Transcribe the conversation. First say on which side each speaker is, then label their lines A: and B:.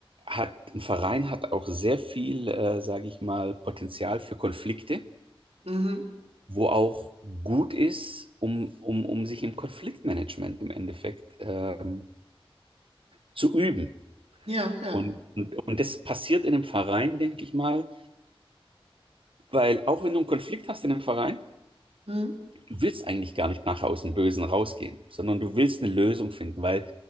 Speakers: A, on the right; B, on the right.
A: hat, ein Verein hat auch sehr viel, äh, sage ich mal, Potenzial für Konflikte,
B: Mhm.
A: wo auch gut ist, um, um, um sich im Konfliktmanagement im Endeffekt ähm, zu üben.
B: Ja, ja.
A: Und, und, und das passiert in einem Verein, denke ich mal, Weil auch wenn du einen Konflikt hast in einem Verein,
B: Mhm.
A: du willst eigentlich gar nicht nachher aus dem Bösen rausgehen, sondern du willst eine Lösung finden, weil